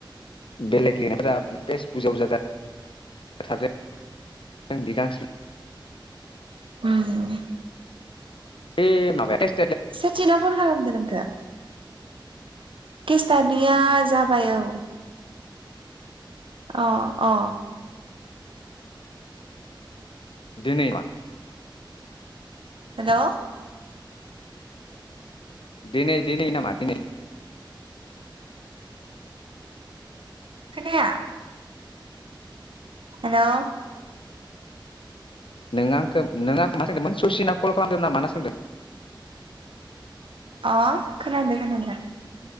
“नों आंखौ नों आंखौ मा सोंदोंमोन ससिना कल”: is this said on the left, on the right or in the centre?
Left